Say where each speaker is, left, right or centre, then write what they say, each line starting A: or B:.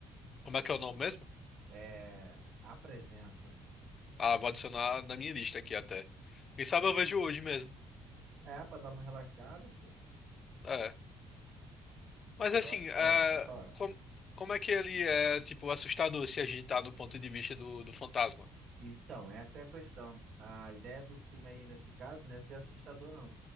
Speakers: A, on the left; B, on the right.
A: Como é que é o nome mesmo?
B: É, a presença.
A: Ah, vou adicionar na minha lista aqui até. Quem sabe eu vejo hoje mesmo.
B: É, pra dar uma relaxada, pô.
A: É. Mas
B: Agora,
A: assim, é,
B: ah, pode falar.
A: com- como é que ele é, tipo, assustador se a gente tá no ponto de vista do, do fantasma?
B: Então, essa é a questão. A ideia do filme aí, nesse caso, não é ser assustador, não.